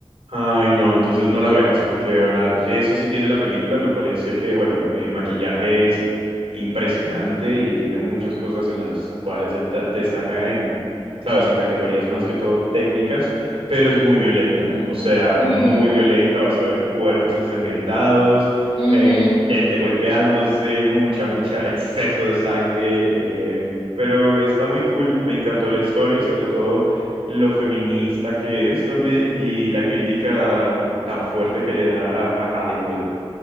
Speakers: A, on the right (about 75°); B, on the left (about 75°).
A: Ay, no, entonces no la veas, porque de verdad, eso sí tiene la película, me parece que, bueno, eh, maquillaje es impresionante y tiene muchas cosas en las cuales deta- destaca en, ¿sabes? En categorías más que todo técnicas, pero es muy violenta,
B: Ujú.
A: o sea, muy
B: Mm,
A: violenta, vas a ver cuerpos ensangrentados,
B: ujú.
A: eh, gente golpeándose, mucha, mucha exceso de sangre, eh, pero está muy cool, me encantó la historia y sobre todo... lo feminista que es también y la crítica tan fuerte que le da a, a Hollywood.